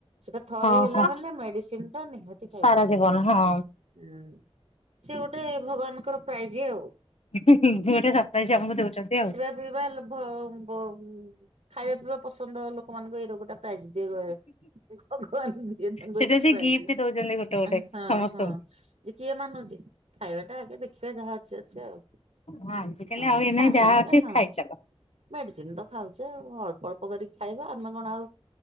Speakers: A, on the right; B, on the left.
A: ସେଟା ଥରେ
B: ହଁ
A: ହେଲା
B: ହଁ।
A: ମାନେ ମେଡିସିନ ଟା ନିହାତି ଖାଇବାକୁ
B: ସାରା ଜୀବନ
A: ପଡିବ।
B: ହଁ
A: ହୁଁ ସିଏ ଗୋଟେ ଭଗବାନଙ୍କର ପ୍ରାଇଜି ଆଉ।
B: ହିଁ ହିଁ ହିଁ ଇଏ ଗୋଟେ ସପ୍ରାଇଜ ଆମକୁ ଦଉଛନ୍ତି ଆଉ।
A: ପଇବା ଭ ବ ଖାଇବା ପିଇବା ପସନ୍ଦ ଲୋକମାନଙ୍କୁ ଏଇ ରୋଗଟା ପ୍ରାଇସ ଦେବେ ଭଗବାନଙ୍କ ଏଇ ଜିନିଷଟା
B: ସେଟା ସେ
A: ପ୍ରାଇଛି।
B: ଗିଫ୍ଟ ଦଉଛନ୍ତି ଗୋଟେ ଗୋଟେ
A: ହଁ
B: ସମସ୍ତଙ୍କୁ
A: ହଁ ଯେ କିଏ ମାନୁଛି ଖାଇବାଟା ଆଗେ ଦେଖ ଦେଖିଆ ଯାହା ଅଛି ଅଛି ଆଉ
B: ହଁ ଆଜିକାଲି
A: ଅ
B: ଆଉ ଏଇନା
A: ତା ସାଙ୍ଗରେ
B: ଯାହା ଅଛି
A: ହଁ।
B: ଖାଇଚାଲ।
A: ମେଡ଼ିସିନ ତ ଖାଉଛେ ଆଉ ଅଳ୍ପ ଅଳ୍ପ କରିକି ଖାଇବା ଆମେ କଣ ଆଉ